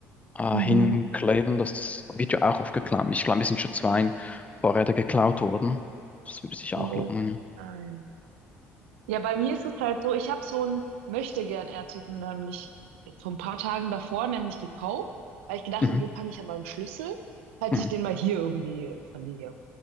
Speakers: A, on the left; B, on the right.
A: äh,
B: Mhm.
A: hinkleben? Das wird ja auch oft geklaut. Ich glaube, es sind schon zwei Fahrräder geklaut worden. Das würde sich
B: Oh
A: auch lohnen, ja.
B: nein. Ja, bei mir ist es halt so, ich habe so ein Möchtegern-Artikel nämlich vor ein paar Tagen davor nämlich gekauft, weil ich gedacht
A: Mhm,
B: habe, den packe ich an meinem Schlüssel, falls
A: mhm,
B: ich den mal hier irgendwie verliere. Und